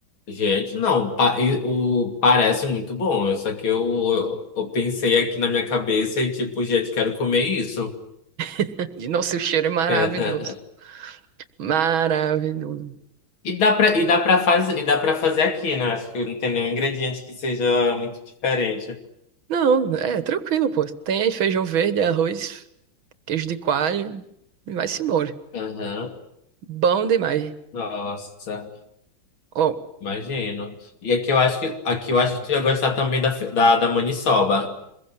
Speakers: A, on the left (about 85°); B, on the right (about 85°).
A: Gente, não, pa- e- o, parece muito bom. Só que eu, eu pensei aqui na minha cabeça e tipo, gente, quero comer isso.
B: <laughs> E nosso cheiro é maravilhoso.
A: <laughs>
B: Maravilhoso.
A: E dá pra, e dá pra fazer, e dá pra fazer aqui, né? Acho que não tem nenhum ingrediente que seja muito diferente.
B: Não, é tranquilo, pô. Tem aí feijão verde, arroz, queijo de coalho e vai-se embora.
A: Aham.
B: Bom demais.
A: Nossa,
B: Ó,
A: imagino. E aqui eu acho que aqui eu acho que tu ia gostar também da, fe- da, da maniçoba.